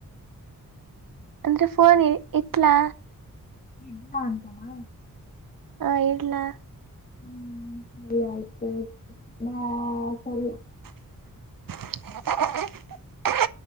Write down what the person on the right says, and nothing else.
ಅಂದ್ರೆ ಫೋನ್ ಇಕ್ಲಾ
ಹಾ ಇಡ್ಲಾ
<inaudible>